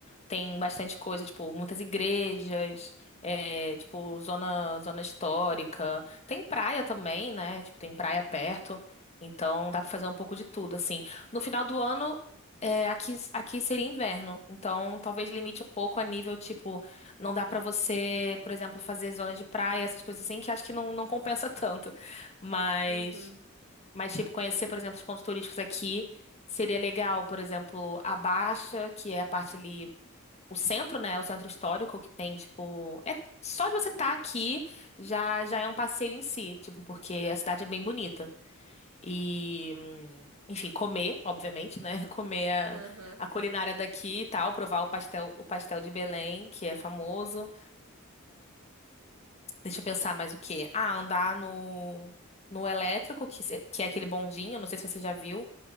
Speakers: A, on the left; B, on the right.
A: Tem bastante coisa, tipo, muitas igrejas, é, tipo, zona, zona histórica. Tem praia também, né? Tipo, tem praia perto. Então dá pra fazer um pouco de tudo, assim. No final do ano, é, aqui, aqui seria inverno. Então talvez
B: Ah,
A: limite um pouco a nível, tipo, não dá pra você, por exemplo, fazer zona de praia, essas coisas assim, que acho que não, não compensa <laughs> tanto. Mas,
B: uhum,
A: mas, tipo, conhecer, por exemplo, os pontos turísticos aqui. Seria legal, por exemplo, a Baixa, que é a parte ali o centro, né? O centro histórico que tem, tipo, é só de você estar aqui já já é um passeio em si, tipo, porque a cidade é bem bonita. E, hum, enfim, comer, obviamente, né? <laughs> Comer a,
B: aham.
A: a
B: <laughs>
A: culinária daqui e tal, provar o pastel, o pastel de Belém, que é famoso. Deixa eu pensar mais o quê? Ah, andar no no elétrico, que, se- que é aquele bondinho, não sei se você já viu,